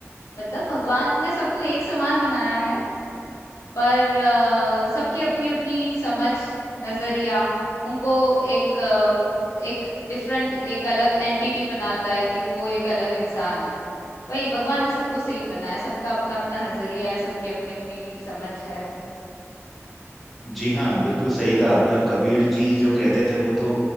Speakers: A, on the left (about 85°); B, in the centre.
A: मतलब भगवान ने सबको एक समान बनाया है पर अ, सबकी अपनी-अपनी समझ, नज़रिया उनको एक अ, एक डिफरेंट एक अलग एंटिटी बनाता है कि वो एक अलग इंसान है। वही भगवान ने सबको सेम बनाया है, सबका अपना-अपना नज़रिया है, सबकी अपनी-अपनी समझ है।
B: जी हाँ बिल्कुल सही कहा आपने और कबीर जी जो कहते थे वो तो